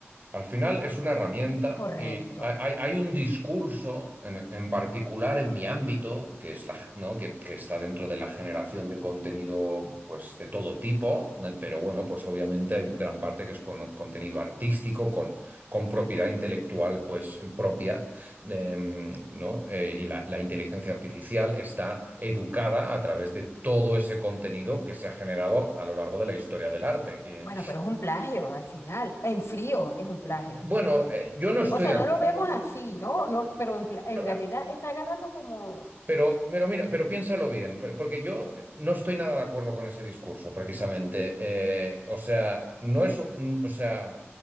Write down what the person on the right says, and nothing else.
Al final es una herramienta
y hay, hay- hay un discurso en, en particular en mi ámbito, que es la, ¿no? que, que está dentro de la generación de contenido pues, de todo tipo, eh, pero bueno, pues obviamente hay gran parte que es con, contenido artístico, con, con propiedad intelectual pues, propia, eh, ¿no? Eh, y la, la inteligencia artificial está educada a través de todo ese contenido que se ha generado a lo largo de la historia del arte. Eh,
bueno,
eh, yo no estoy
de
acuerdo.
No,
ah,
Pero, pero mira, pero piénsalo bien, por- porque yo eh, no estoy nada de acuerdo con ese discurso, precisamente. Eh, o sea, no es, un- o sea,